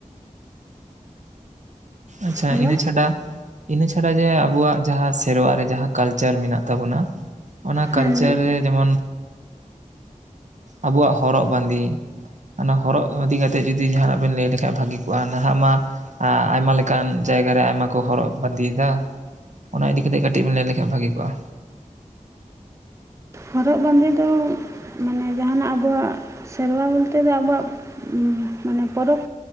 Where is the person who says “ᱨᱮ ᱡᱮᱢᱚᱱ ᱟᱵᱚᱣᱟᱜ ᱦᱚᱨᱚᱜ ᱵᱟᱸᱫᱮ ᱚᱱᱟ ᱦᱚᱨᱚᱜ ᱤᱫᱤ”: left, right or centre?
Right